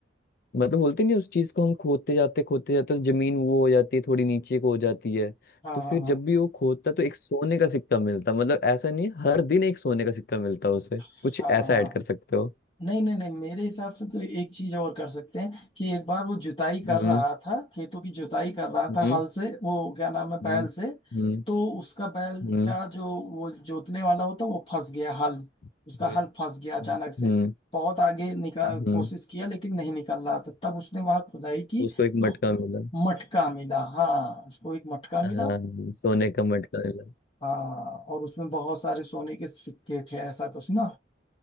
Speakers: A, on the left; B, on the left.
A: मतलब बोलते नहीं उस चीज को हम खोदते जाते खोदते जाते तो जमीन वो हो जाती है थोड़ी नीचे को हो जाती है
B: हाँ
A: तो फिर
B: हाँ हाँ
A: जब भी वो खोदता तो एक सोने का सिक्का मिलता मतलब ऐसा नहीं है, हर दिन एक सोने का सिक्का मिलता उसे
B: हाँ
A: कुछ
B: हाँ
A: ऐसा
B: हाँ।
A: ऐड कर सकते हो
B: नहीं नहीं नहीं मेरे हिसाब से तो एक चीज और कर सकते हैं कि एक बार वो जुताई कर
A: हम्म
B: रहा था खेतों की जुताई कर रहा
A: हम्म
B: था हल से वो क्या नाम है बैल
A: हम्म
B: से
A: हम्म
B: तो उसका बैल
A: हम्म
B: का जो वो जोतने वाला होता वो फंस गया हल
A: हम्म
B: उसका हल फंस गया अचानक से
A: हम्म
B: बहुत आगे निकाल
A: हम्म, हम्म।
B: कोशिश किया लेकिन नहीं निकल रहा था तब उसने वहां खुदाई की
A: तो उसको एक
B: तो
A: मटका मिला <laughs>
B: मटका मिला हाँ उसको एक मटका मिला
A: हाँ, सोने का मटका मिला
B: हाँ और उसमें बहुत सारे सोने के सिक्के थे ऐसा कुछ ना